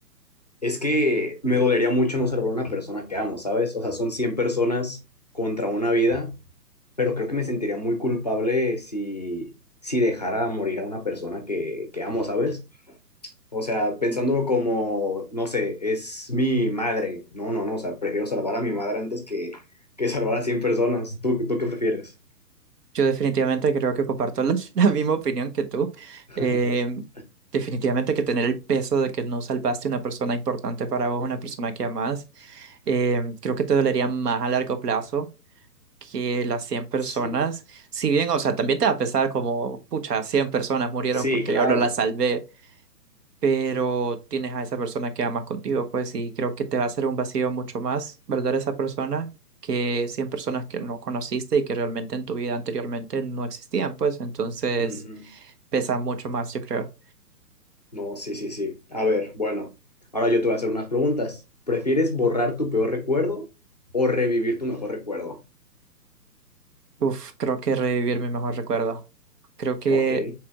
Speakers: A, on the left; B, on the right.
A: es que me dolería mucho no salvar a una persona que amo, ¿sabes? O sea, son 100 personas contra una vida, pero creo que me sentiría muy culpable si, si dejara morir a una persona que, que amo, ¿sabes? O sea, pensándolo como, no sé, es mi madre. No, no, no, o sea, prefiero salvar a mi madre antes que, que salvar a 100 personas. ¿Tú, tú qué prefieres?
B: Yo definitivamente creo que comparto la, <laughs> la misma opinión que tú.
A: <laughs>
B: Eh, definitivamente que tener el peso de que no salvaste una persona importante para vos, una persona que amás eh, creo que te dolería más a largo plazo que las 100 personas.
A: Sí,
B: Si bien, o sea, también te va a pesar como, pucha, 100 personas murieron
A: sí,
B: porque
A: claro.
B: yo no las salvé, pero tienes a esa persona que amas contigo, pues, y creo que te va a hacer un vacío mucho más, ¿verdad? Esa persona que 100 personas que no conociste y que realmente en tu vida anteriormente no existían, pues, entonces
A: Ujú.
B: pesa mucho más, yo creo.
A: No, sí, sí, sí. A ver, bueno, ahora yo te voy a hacer unas preguntas. ¿Prefieres borrar tu peor recuerdo o revivir tu mejor recuerdo?
B: Uf, creo que revivir mi mejor recuerdo. Creo que
A: Ok.